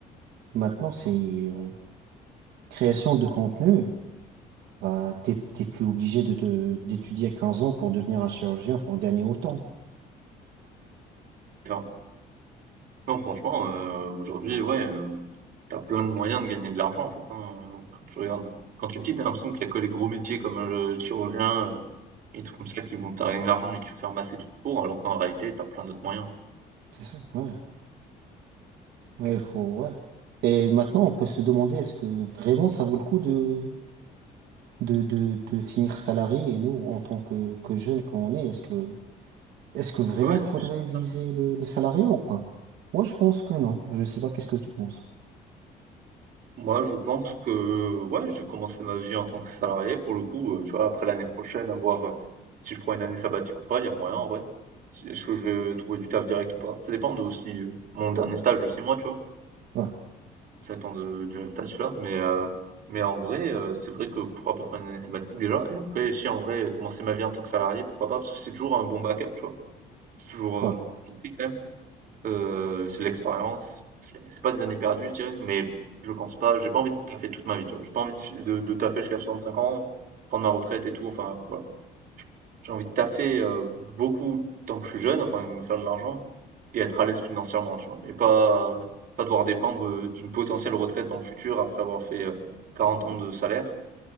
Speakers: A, on the right; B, on the right.
A: Maintenant, c'est euh, création de contenu. Bah, t'es, t'es plus obligé de, de, d'étudier à 15 ans pour devenir un chirurgien pour gagner autant.
B: Enfin, non, franchement, euh, aujourd'hui, ouais, euh, t'as plein de moyens de gagner de l'argent, en fait, hein, euh, quand tu regardes. Quand t'es petit, t'as l'impression qu'il y a que les gros métiers comme un chirurgien euh, et tout comme ça qui vont te faire gagner de l'argent, mais qu'il faut faire maths études pour, alors qu'en réalité, t'as plein d'autres moyens.
A: C'est ça, ouais. Ouais, il faut, ouais. Et maintenant, on peut se demander est-ce que vraiment ça vaut le coup de, de, de, de finir salarié et nous, en tant que, que jeunes qu'on est, est-ce que Est-ce que vraiment
B: Ouais,
A: faudrait
B: c'est sûr.
A: viser le, le salariat ou pas? Moi, je pense que non. Je sais pas, qu'est-ce que tu penses?
B: Moi, je pense que, ouais, j'ai commencé ma vie en tant que salarié. Pour le coup, euh, tu vois, après l'année prochaine, à voir euh, si je prends une année sabbatique ou pas, il y a moyen en vrai. Si- Est-ce que je vais trouver du taf direct ou pas? Ça dépend de aussi euh, mon dernier stage de six mois, tu vois.
A: Ouais,
B: Ça dépend de, du résultat de celui-là. Mais, euh, mais en vrai, euh, c'est vrai que pourquoi pas prendre une année sabbatique déjà? Et après, si en vrai, commencer ma vie en tant que salarié, pourquoi pas? Parce que c'est toujours un bon backup, tu vois. C'est toujours,
A: voilà,
B: euh, ça prie quand même. Heu, c'est de l'expérience. C'est pas des années perdues, je dirais, mais je pense pas j'ai pas envie de taffer toute ma vie, tu vois? J'ai pas envie de fi de de taffer jusqu'à 65 ans, prendre ma retraite et tout, enfin, voilà. J'ai envie de taffer, heu, beaucoup tant que je suis jeune, enfin, me faire de l'argent et être à l'aise financièrement, tu vois? Et pas pas devoir dépendre, heu, d'une potentielle retraite dans le futur après avoir fait, heu, 40 ans de salaire.